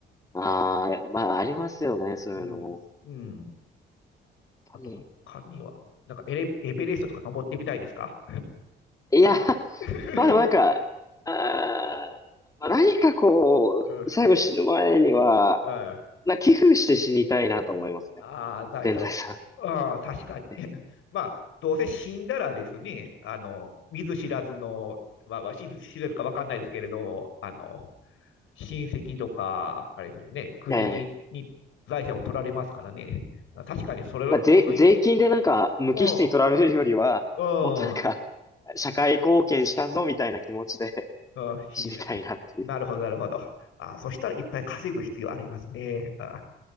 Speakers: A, on the left; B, on the left.
A: う。ああ、まあありますよね、そういうのも。
B: うん。
A: やっ
B: うん。
A: ぱり。
B: あと他には、なんかエレエベレストとか登ってみたいですか
A: いや、<laughs>
B: <laughs>
A: まあでもなんか、あーまあ、何かこう、
B: うん。
A: 最後死ぬ前には、
B: はい。
A: な寄付して死にたいなと思いますね。
B: ああ、財産を。
A: 全財産。
B: ああ、確かに。
A: <laughs>
B: <laughs> まあ、どうせ死んだらですね、あの、見ず知らずの、まあ、まあ知知らずかわかんないですけれど、あの、親戚とか、あれですよね、国に、
A: ええ。
B: に財産を取られますからね。確かに、それ、
A: だ税、
B: その意味、
A: 税金でなんか無機質に取られるよりは、
B: うん、うん、
A: もっとなんか、
B: うん、
A: 社会貢献したぞみたいな気持ちで <laughs>
B: うん、死にたい。
A: 死にたいなっていう。
B: なるほど、なるほど。あそしたらいっぱい稼ぐ必要ありますね。あ